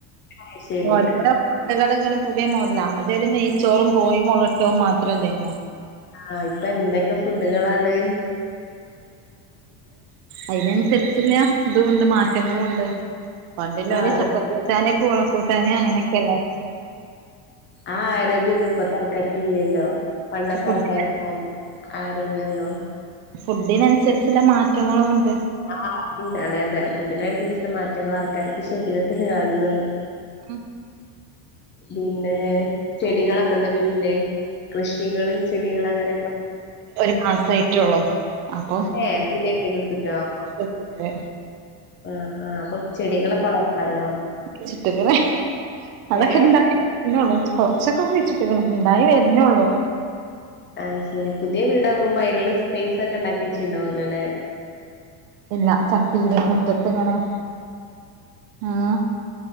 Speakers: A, on the left (about 25°); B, on the right (about 65°).
A: അയ്ശരി
B: ഓരോരുത്തരുടെ ഫുഡ്കൾ ഇങ്ങനും പുതിയ മോഡലാ അതൊരു നെയ്ച്ചോറും കോഴി മുളകിട്ടതും മാത്രംഅല്ലായിരുന്നോ
A: ആഹ ഇപ്പൊ എന്തൊക്കെ ഫുഡുകളാണ്
B: അതിനനുസരിച്ചുള്ള മാറ്റങ്ങളും ഉണ്ട് പണ്ടില്ല ഒലെ
A: അത്
B: ഇപ്പോ കൂടാന് പൂളക്കൂട്ടാന് അങ്ങനെയൊക്കെല്ലേ
A: ആഹ് ആരോഗ്യംഒന്നും ഇപ്പോൾത്തെ ആൾക്കാർക്ക് ഇല്ലല്ലോ പണ്ടൊത്തെ
B: ഫുഡ്
A: ആൾക്കാർക്ക് ആ ആരോഗ്യൊന്നു
B: ഫുഡിനനുസരിച്ചുള്ള മാറ്റങ്ങളും ഉണ്ട്
A: അമ് അ മ് ഇല്ല അതെ അതെ ഫുഡിന്റെഅനുസരിച്ചുള്ള മാറ്റങ്ങൾ ആൾക്കാർക്ക് ശരീരത്തിൽ കാണുന്നുണ്ട്
B: മ്
A: പിന്നെ ചെടികളൊക്കെ ഉണ്ടോ വീട്ടില് കൃഷികള് ചെടികൾ അങ്ങനെക്ക
B: ആഹ് കുറച്ചോ ഉള്ളൂ അപ്പൊ
A: ഹേ പുതിയവീടെടുതിട്ടുണ്ട്
B: അപ്പത്രെ
A: ആഹ് ആഹ് അപ്പൊ ചെടികളൊക്കെ വളർത്തല്ലോ
B: ഇഷ്ടക്കേട് അതൊക്കെ
A: ഏ
B: ഉണ്ടയി വരനുള്ളൂ കൊറച്ചൊക്കെ കുഴിച്ചിട്ടുണ്ട് ഉ ണ്ടായി വരുന്നേള്ളൂ
A: ആഹ് ശരി പുതിയ വീടാക്കുമ്പോ അതിനുള്ള സ്പേസ് ഒക്കെ ഉണ്ടാക്കി വെച്ചിുണ്ടാവല്ലോ അല്ലെ.
B: ഇല്ല ചട്ടിയില് മുറ്റത്തു ഇങ്ങനെ- ആഹ..